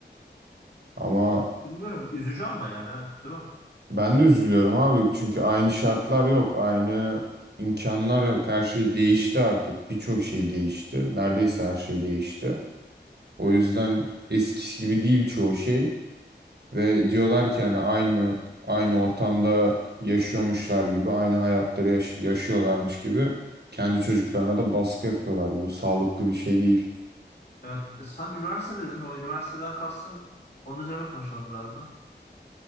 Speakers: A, on the right; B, on the left.
A: Ama
B: bilmiyorum üzücü ama yani evet, değil mi?
A: ben de üzülüyorum abi. Çünkü aynı şartlar yok, aynı imkanlar yok. Her şey değişti artık. Birçok şey değişti. Neredeyse her şey değişti. O yüzden eskisi gibi değil çoğu şey ve diyorlar ki hani aynı aynı ortamda yaşıyormuşlar gibi, aynı hayatları yaş- yaşıyorlarmış gibi kendi çocuklarına da baskı yapıyorlar. Bu sağlıklı bir şey değil.
B: Evet. e, Sen üniversite dedin. O üniversiteden kastın onun üzerine konuşalım biraz da.